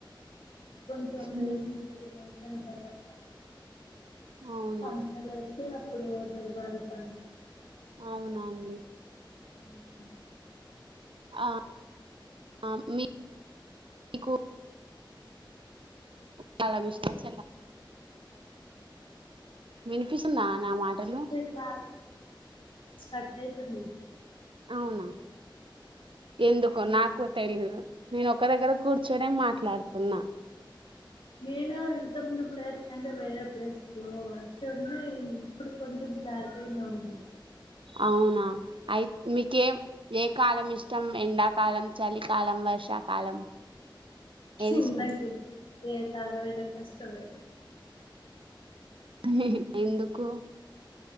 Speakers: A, on the left; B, on the right.
A: కొంచెం
B: ఉమ్,
A: రైనీ సీజన్ అయిపోయిన తర్వాత
B: అవునా
A: పంటలు అయితే అప్పుడు పోతరు వరి పనికి
B: అవునా అండి
A: ఉహు
B: ఆ అ మీ మీకు కాలా విష్ట చలా వినిపిస్తుందా నా మాటలు
A: ఇలా స్టక్ అయితుంది
B: అవునా ఎందుకో నాకు తెలీదు నేను ఒక దగ్గర కూర్చొనే మాట్లాడుతున్నా
A: నేను ఇంతకుముందు ప్లేస్ కంటే వేరే ప్లేస్కు లో వచ్చ ఉన్న ఏమి ఇప్పుడు కొంచెం క్లారిటీగా ఉంది
B: అవునా అయి మీకేం ఏ కాలం ఇష్టం ఎండాకాలం, చలికాలం, వర్షాకాలం ఏది
A: ఉన్నకి
B: ఇష్టం
A: ఏ కాలమైన కష్టమే
B: హు ఎందుకు